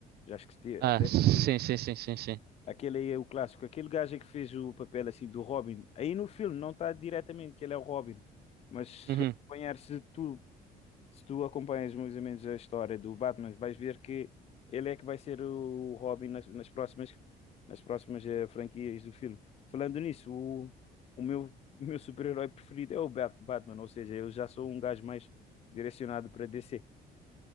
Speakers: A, on the left; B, on the right.
A: Já esqueci, até
B: Ah, sim,
A: esqueci. o-
B: sim, sim, sim, sim.
A: Aquele aí é o clássico. Aquele gajo é que fez o papel assim do Robin. Aí no filme não está diretamente que ele é o Robin, mas se
B: Uhum.
A: acompanhar-se tu se tu acompanhas mais ou menos a história do Batman, vais ver que ele é que vai ser o Robin nas, nas próximas, nas próximas eh, franquias do filme. Falando nisso, o, o meu, o meu super-herói preferido é o Bat- Batman, ou seja, eu já sou um gajo mais direcionado para DC.